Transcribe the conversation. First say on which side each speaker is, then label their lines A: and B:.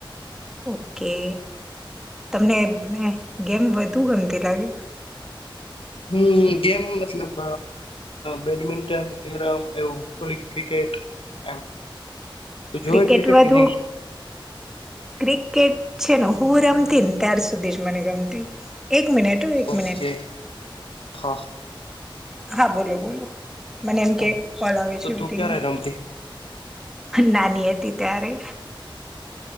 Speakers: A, in the centre; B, on the left.
A: ઓકે તમને ગેમ વધુ ગમતી લાગે.
B: હમ ગેમ મતલબ બેડમિન્ટન કેરમ એવું થોડીક ક્રિકેટ. એમ. તું જોવે
A: ક્રિકેટ વધુ
B: કે નહી
A: ક્રિકેટ. છે ને હું રમતી ને ત્યાર સુધી જ મને ગમતી. એક મિનટ હો એક
B: ઓકે
A: મનિટ.
B: હા
A: હા બોલો બોલો. મને એમ
B: હા
A: કે કોલ આવે
B: તો
A: છે મીટંગ
B: તું ક્યારે રમતી
A: નાની હતી. ત્યારે.